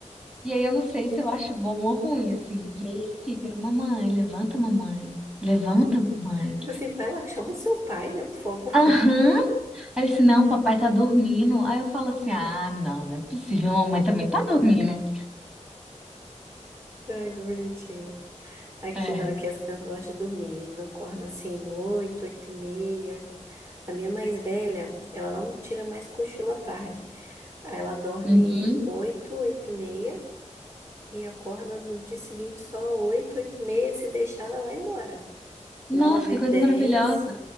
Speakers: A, in the centre; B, on the right (about 20°).
A: E aí eu não sei se eu acho bom ou ruim, assim. E aí ele fica, mamãe, levanta, mamãe. Levanta, mamãe.
B: Tipo assim, vai lá, chama o seu pai, né, por favor.
A: Aham. Aí eu disse, não, papai tá dormindo. Aí eu falo assim, ah, não, não é possível, mamãe também tá dormindo.
B: <laughs> Ai, que bonitinho. Aqui
A: É.
B: não, aqui as crianças gostam de dormir. Eles acordam assim, oito, oito e meia. A minha mais velha, ela não tira mais cochilo à tarde. Aí ela dorme
A: Uhum.
B: oito, oito e meia e acorda no dia seguinte só oito, oito e meia. Se deixar, ela vai embora.
A: Nossa,
B: Nove,
A: que
B: dez.
A: coisa maravilhosa.